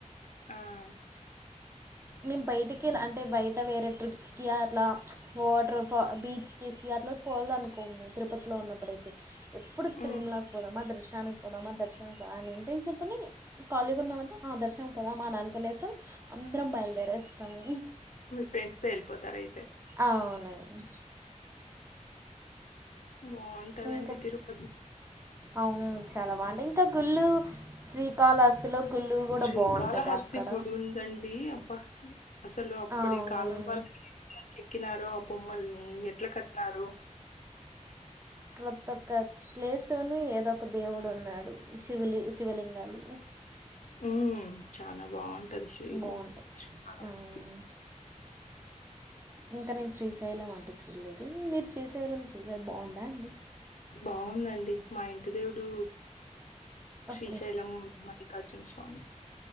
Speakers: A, on the left; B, on the right.
A: ఉం
B: మేము బయటికి ఇల అంటే బయట వేరే ట్రిప్స్కి అట్లా చ్ వాటర్ ఫా బీచ్కి సి పో <unintelligible> అనుకోము తిరుపతిలో ఉన్నప్పుడుయితే ఎప్పుడు తిరిలాకపోదాం
A: ఉమ్
B: మా దశ దర్శానికి పోదామా దర్శనానికి పా అని ఇంటెషన్తో ఖాళీగా ఉన్నామంటే ఆ దర్శననికి పోదామా అని అనుకునేసాం అందరం బయలుదేరేస్తాము
A: మీ ఫ్రెండ్స్ తో వెళ్ళిపోతార అయితే
B: అవునండి.
A: బాగుంటదండి
B: ఇంకా
A: తిరుపతి
B: అవు చాలా బాగుంటా ఇంకా గుళ్ళు శ్రీ కాళస్తిలో గుళ్ళు కూడా
A: శ్రీకాళహస్తి
B: బాగుంటుంది అక్కడ
A: గుడి ఉందండి అబ్బా అసలు అప్పడు
B: అవును
A: ఈ కాలం వాళ్ళు ఎక్కినారు ఆ బొమ్మల్ని ఎట్లా కట్టినారు
B: ప్రతి ఒక్క ప్లేస్లోనే ఏదో ఒక దేవుడు ఉన్నాడు శివులి శివలింగాలు
A: ఉం చాల బాగుంటది శ్రీ
B: బాగుంటాయి
A: శ్రీ కాళహస్తి
B: అవును ఇంకా నేను శ్రీశైలం అంటే చూడలేదు మీరు శ్రీశైలం చూసార బాగుందా అండి
A: బాగుందండి మా ఇంటి దేవుడు శ్రీశైలం
B: ఓకే
A: మళ ఖర్జున స్వామి